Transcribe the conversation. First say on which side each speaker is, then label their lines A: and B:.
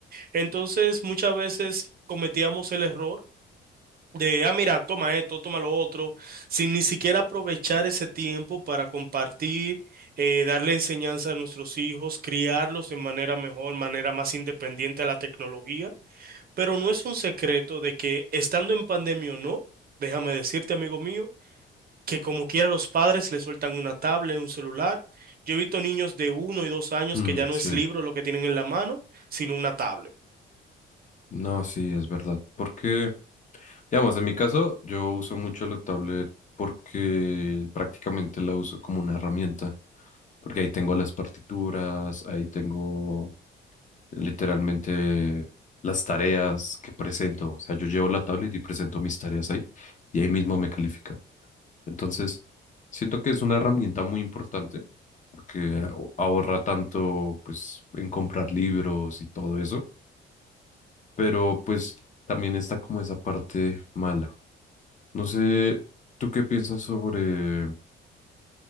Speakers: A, on the right; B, on the left.
A: Entonces, muchas veces cometíamos el error de, ah, mira, toma esto, toma lo otro, sin ni siquiera aprovechar ese tiempo para compartir, eh, darle enseñanza a nuestros hijos, criarlos de manera mejor, manera más independiente a la tecnología. Pero no es un secreto de que estando en pandemia o no, déjame decirte, amigo mío, que como quiera los padres le sueltan una tablet, un celular. Yo he visto niños de uno y dos años
B: mm,
A: que ya no
B: sí.
A: es libro lo que tienen en la mano, sino una tablet.
B: No, sí, es verdad. Porque, digamos, en mi caso, yo uso mucho la tablet porque prácticamente la uso como una herramienta. Porque ahí tengo las partituras, ahí tengo literalmente las tareas que presento. O sea, yo llevo la tablet y presento mis tareas ahí y ahí mismo me califican. Entonces, siento que es una herramienta muy importante porque a- ahorra tanto pues en comprar libros y todo eso, pero pues también está como esa parte mala. No sé, ¿tú qué piensas sobre